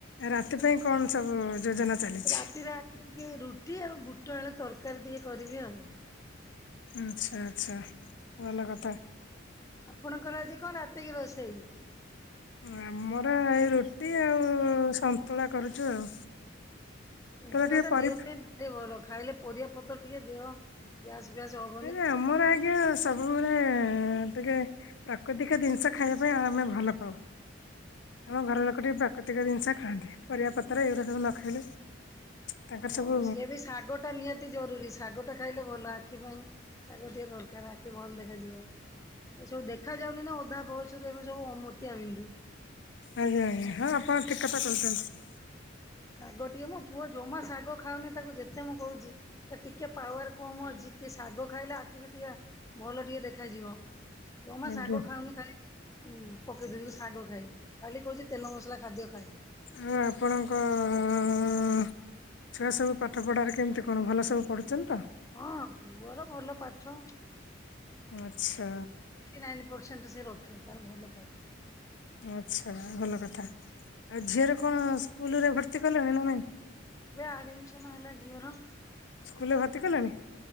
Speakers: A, on the left (about 65°); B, on the left (about 15°).
A: ରାତି ପାଇଁ କଣ ସବୁ ଯୋଜନା? ଚାଲିଛି?
B: ରାତିରେ ଆଜି ଟିକେ ରୁଟି ଆଉ ବୁଟ ଆଳୁ ତରକାରୀ ଟିକେ କରିବି ଆଉ।
A: ଆଚ୍ଛା ଆଚ୍ଛା ଭଲ କଥା।
B: ଆପଣଙ୍କର ଆଜି କଣ ରାତିକି ରୋଷେଇ?
A: ଆମର ଏଇ ରୁଟି ଆଉ ସନ୍ତୁଳା କରୁଛୁ ଆଉ।
B: ସନ୍ତୁଳା
A: ଟିକେ
B: ଟା
A: ପରି
B: ଦେହ ପାଇଁ କେତେ ଭଲ ଖାଇଲେ ପରିବା ପତ୍ର ଟିକେ ଦେହ ଗ୍ୟାସ ଫ୍ୟାସ ହବ।
A: ନାଇ ଆମର ଆଜ୍ଞା ସି ସବୁବେଳେ ଟିକେ ପ୍ରାକୃତିକ ଜିନିଷ ଖାଇବା ପାଇଁ ଆମେ ଭଲ ପାଉ। ଆମ ଘର ଲୋକ ଟିକେ ପ୍ରାକୃତିକ ଜିନିଷ ଖାଆନ୍ତି, ପରିବାପତ୍ର ଏଉରା ସବୁ ନ ଖାଇଲେ ତାଙ୍କର
B: ହଁ
A: ସବୁ
B: ସିଏ ବି ଶାଗ ଟା ନିହାତି ଜରୁରୀ ଶାଗ ଟା ଖାଇଲେ ଭଲ ଆଖି ପାଇଁ। ଶାଗ ଟିକେ ଦରକାର ଆଖି ଭଲ ଦେଖାଯିବ। ଏସବୁ ଦେଖା ଯାଉନି ନା ଅଧା ବୟସରୁ ଏବେ ସବୁ ମୋତିଆ ବିନ୍ଦୁ।
A: ଆଜ୍ଞା ଆଜ୍ଞା ହଁ ଆପଣ ଠିକ୍ କଥା କହୁଛନ୍ତି।
B: ଶାଗ ଟିକେ ମୋ ପୁଅ ଜମା ଶାଗ ଖାଉନି ତାକୁ ଯେତେ ମୁଁ କହୁଛି। ତା ଟିକେ ପାୱାର କମ ଅଛି ସିଏ ଶାଗ ଖାଇଲେ ଆଖିରେ ଟିକେ ଭଲ ଟିକେ ଦେଖାଯିବ ଜମା
A: ଆଜ୍ଞା।
B: ଶାଗ ଖାଉନି ଖାଲି ଉୁଁ ପକେଇ ଦଉଛି ଶାଗ ଖାଇବିନି ଖାଲି କହୁଛି ତେଲ ମସଲା ଖାଦ୍ୟ ଖାଇମି।
A: ହଁ ଆପଣଙ୍କ ଆଁ ଛୁଆ ସବୁ ପାଠ ପଢାରେ କେମିତି କଣ ଭଲ ସବୁ ପଢୁଛନ୍ତି ତ?
B: ହଁ ପୁଅର ଭଲ ପାଠ।
A: ଆଚ୍ଛା।
B: ନାଇଣ୍ଟି ପରସେଣ୍ଟ ସେ ରଖେ ତାର ଭଲ ପାଠ।
A: ଆଚ୍ଛା ଭଲ କଥା, ଆଉ ଝିଅର କଣ ସ୍କୁଲ ରେ ଭର୍ତ୍ତି କଲେଣି ନା ନାଇଁ?
B: ଏବେ ଆଡମିଶନ୍ ହେଲା ଝିଅର।
A: ସ୍କୁଲରେ ଭର୍ତ୍ତି କଲେଣି